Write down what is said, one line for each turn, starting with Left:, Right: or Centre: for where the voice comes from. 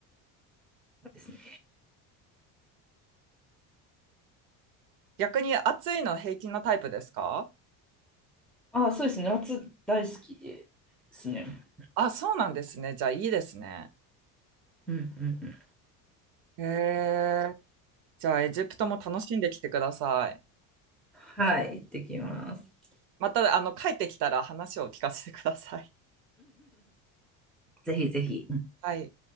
Centre: ですね
Right: 逆に暑いの平均のタイプですか
Centre: あ、そうですね。夏大好きですね。
Right: あ、そうなんですね。じゃあいいですね。
Centre: うんうんうん。
Right: へえ。じゃあエジプトも楽しんできてください。
Centre: はい、行ってきます。<laughs>
Right: また、あの、帰ってきたら話を聞かせてください。
Centre: ぜひぜひ。
Right: はい。